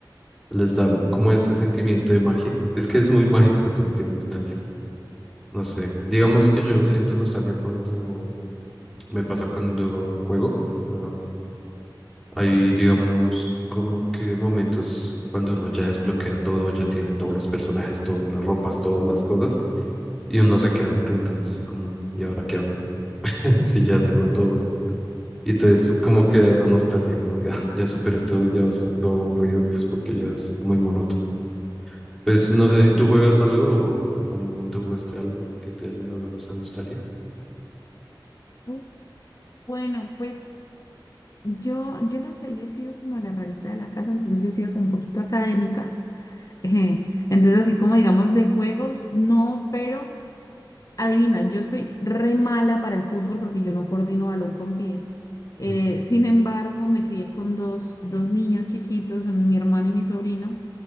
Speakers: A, in the centre; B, on the left.
A: les da como ese sentimiento de magia. Es que es muy mágico sentir nostalgia, no sé. Digamos que yo siento nostalgia cuando me pasa cuando juego. ¿no? Hay, digamos, como que momentos cuando uno ya desbloquea todo, ya tiene todos los personajes, todas las ropas, todas las cosas, y uno se queda preguntándose como, ¿y ahora qué hago? <laughs> Si ya tengo todo. Y entonces como queda esa nostalgia, como diga, "Ah, ya superé todo, ya está todo aburrido, pues porque ya es muy monótono. Pues no sé, ¿tú
B: Mm.
A: juegas algo o en algún momento jugaste algo que te haya dado esta nostalgia?
B: Uh, Bueno, pues yo, yo no sé, yo he sido como la rarita de la casa, entonces yo he sido como un poquito académica. <laughs> Eh, entonces, así como digamos de juegos, no, pero adivina, yo soy re mala para el fútbol porque yo no coordino balón con pie. Eh,
A: Mm.
B: sin embargo, me crié con dos, dos niños chiquitos, un- mi hermano y mi sobrino.